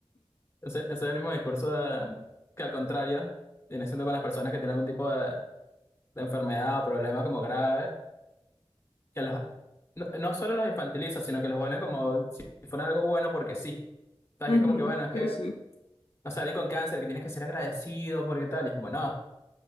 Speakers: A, on the left; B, on the left.
A: Ese, ese es el mismo discurso de- que al contrario viene siendo con las personas que tienen algún tipo de, de enfermedad o problema como grave, que los, no, no solo los infantiliza, sino que los vuelven como si fuera algo bueno porque sí. ¿Sabes?
B: Ujú,
A: Que es como que, bueno, es que
B: Sí, sí.
A: no sé, alguien con cáncer que tiene que ser agradecido porque tal, y es como, no, o